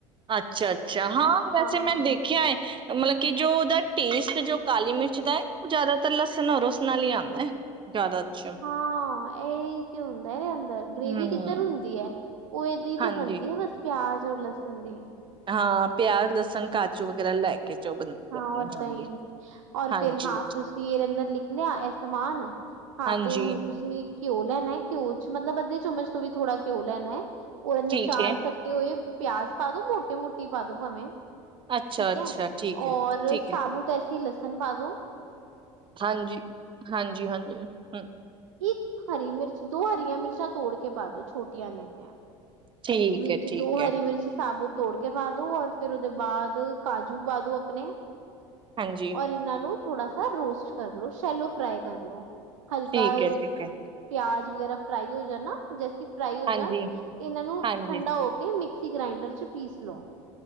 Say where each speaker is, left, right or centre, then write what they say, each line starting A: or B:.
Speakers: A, on the right; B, on the right.
A: ਅੱਛਾ, ਅੱਛਾ ਹਾਂ, ਵੈਸੇ
B: ਹਾਂ
A: ਮੈਂ ਦੇਖਿਆ ਹੈ ਮਤਲਬ ਕਿ ਜੋ, ਉਹਦਾ ਟੇਸਟ ਜੋ, ਕਾਲੀ ਮਿਰਚ ਦਾ ਹੈ ਉਹ ਜ਼ਿਆਦਾਤਰ ਲਸਣ ਔ, ਲੂਸਣ ਨਾਲ ਹੀ ਆਉਂਦਾ ਹੈ ਜ਼ਿਆਦਾ ਅੱਛਾ
B: ਹਾਂ ਇਹੀ ਤੇ, ਹੁੰਦਾ ਅੰਦਰ ਗ੍ਰੇਵੀ
A: ਹਮ
B: ਕਿੱਧਰ ਹੁੰਦੀ ਹੈ ਉਹ ਇਹਦੀ
A: ਹਾਂਜੀ
B: ਤੇ ਬਣਦੀ ਹੈ ਬਸ ਪਿਆਜ ਤਰੀ ਲਸਣ ਦੀ।
A: ਹਾਂ, ਪਿਆਜ਼, ਲਸਣ ਕਾਚੂ ਵਗੈਰਾ ਲੈ ਕੇ ਜੋ ਬਣਦੀ
B: ਹਾਂ,
A: ਹੈ ਆਪਣੀ
B: ਓਦਾਂ
A: ਹਾਂਜੀ
B: ਹੀ ਔਰ
A: ਹਾਂਜੀ
B: ਫੇਰ ਹਾਂ, ਤੁਸੀਂ ਇਹਦੇ ਅੰਦਰ ਲਿਖ ਲਿਆ ਇਹ ਸਮਾਨ ਹਾਂ,
A: ਹਾਂਜੀ
B: ਤੇ ਹੁਣ ਤੁਸੀਂ ਘਿਓ ਲੈਣਾ ਹੈ ਘਿਓ'ਚ, ਮਤਲਬ ਅੱਧੇ ਚਮਚ ਤੋਂ, ਵੀ ਥੋੜਾ ਘਿਉ ਲੈਣਾ ਹੈ। ਉਏ ਨੇ
A: ਠੀਕ
B: ਚਾਰ
A: ਹੈ
B: ਕੱਟੇ ਹੋਏ। ਪਿਆਜ ਪਾ ਦੋ ਮੋਟੇ ਮੋਟੀ ਪਾ ਦੋ, ਭਾਵੇਂ!
A: ਅੱਛਾ,
B: ਠੀਕ
A: ਅੱਛਾ
B: ਹੈ।
A: ਠੀਕ
B: ਔਰ
A: ਹੈ ਠੀਕ
B: ਸਾਬੂਤ
A: ਹੈ
B: ਕੀ ਲਸਨ ਪਾਦੋ।
A: ਹਾਂਜੀ, ਹਾਂਜੀ, ਹਾਂਜੀ ਹੂੰ।
B: ਇੱਕ ਹਰੀ ਮਿਰਚ, ਦੋ ਹਰੀਆਂ ਮਿਰਚਾਂ ਤੋੜ ਕੇ ਪਾ ਦੋ, ਛੋਟੀਆਂ ਜਿਂਆਂ।
A: ਠੀਕ
B: ਵਿੱਚ
A: ਹੈ ਠੀਕ
B: ਦੋ
A: ਹੈ
B: ਹਰੀ ਮਿਰਚ ਸਾਬੁਤ। ਤੋੜ ਕੇ ਪਾ ਦੋ, ਔਰ ਫਿਰ ਉਦੇ ਬਾਅਦ ਕਾਜੂ ਪਾ ਦੋ ਦੋ ਆਪਨੇ
A: ਹਾਂਜੀ
B: ਔਰ ਇੰਨਾਂ ਨੂੰ ਥੋੜਾ ਸਾ ਰੋਸਟ ਕਰ ਲੋ। ਸ਼ੈਲੋ ਫਰਾਈ ਕਰ ਲੋ, ਹਲਕਾ
A: ਠੀਕ ਹੈ ਠੀਕ ਹੈ
B: ਪਿਆਜ ਵਗੈਰਾ ਫਰਾਈ ਓ ਜਾਨਾ। ਜਸੀ ਫਰਾਈ ਹੋ
A: ਹਾਂਜੀ
B: ਜਾਨ, ਇਨਾਂ ਨੂੰ
A: ਹਾਂਜੀ
B: ਠੰਡਾ ਹੋ ਕੇ, ਮਿਕਸ ਤੁਸੀ ਗ੍ਰਾਇਂਡਰ ਚ, ਪੀਸ ਲੋ।